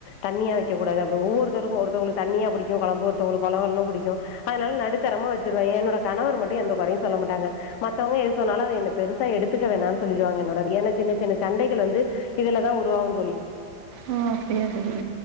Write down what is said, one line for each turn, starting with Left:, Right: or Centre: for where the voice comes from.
Left: தண்ணியா வக்க கூடாதா அப்டி ஒவ்வொருத்தருக்கு ஒருத்தவங்களுக்கு தண்ணியா புடிக்கும் கொழம்பு ஒருத்தவளுக்கு வழவழன்னு புடிக்கு அதனால நடுத்தரமா வச்சுருவே என்னோட கணவர் மட்டும் எந்த கொறையும் சொல்ல மாட்டாங்க மத்தவங்க எது சொன்னாலு அத என்ன பெருசா எடுத்துக்க வேணான்னு சொல்லிடுவாங்க என்னோட ஏன்னா சின்ன சின்ன சண்டைகள் வந்து இதுலதா உருவாகு தோழி
Right: ஓ அப்டியா தோழி